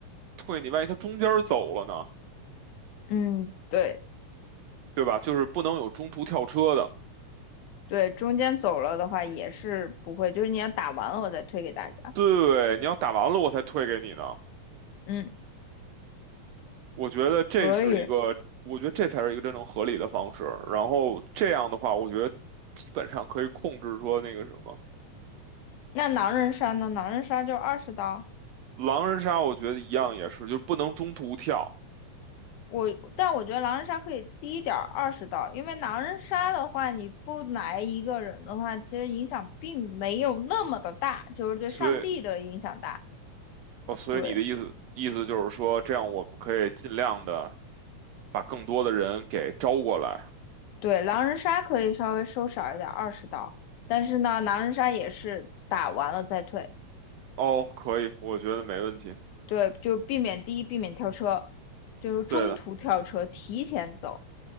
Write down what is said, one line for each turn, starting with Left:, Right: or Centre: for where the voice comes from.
Right: 退，你万一他中间儿走了呢，
Left: 嗯，对
Right: 对吧？就是不能有中途跳车的。
Left: 对，中间走了的话也是不会，就是你要打完了我再推给大家，
Right: 对，你要打完了我才退给你呢。
Left: 嗯，
Right: 我觉得这是一个，
Left: 可以。
Right: 我觉得这才是一个真正合理的方式。然后这样的话，我觉得基本上可以控制说那个什么
Left: 那狼人杀呢？狼人杀就二十刀，
Right: 狼人杀，我觉得一样也是，就是不能中途跳。
Left: 我，但我觉得狼人杀可以低一点二十刀，因为狼人杀的话，你不来一个人的话，其实影响并没有那么的大，就是对上帝的影响大。
Right: 所以，哦，所以你的意思意思就是说，
Left: 对
Right: 这样我们可以尽量的把更多的人给招过来。
Left: 对，狼人杀可以稍微收少一点，二十刀。但是呢，狼人杀也是打完了再退，
Right: 哦，可以，我觉得没问题。
Left: 对，就避免第一，避免跳车，就是中途跳车，
Right: 对的，
Left: 提前走，